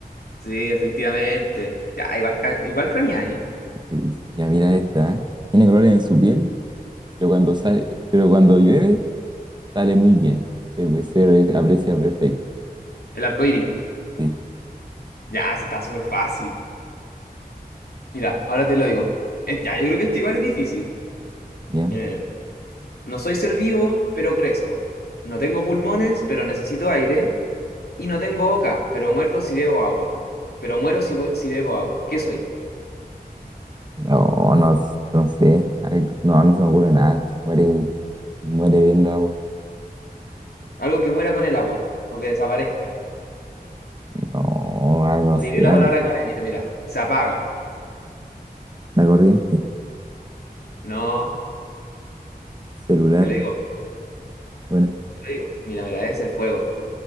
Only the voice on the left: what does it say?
Sí, efectivamente. Ya, igual, ca- igual craneé ahí.
El arco iris.
Ya, se está súper fácil. Mira, ahora te lo digo. Eh, ya, yo creo que esto igual es difícil.
Mira, mira, mira. No soy ser vivo, pero crezco. No tengo pulmones, pero necesito aire. Y no tengo boca, pero muerto si bebo agua. Pero muero si, bu- si bebo agua. ¿Qué soy?
Algo que muera con el agua o que desaparezca.
Te
diré la
palabra clave, mira, mira. Se apaga.
No,
te lo digo,
te lo digo. Mira, mira, es el fuego.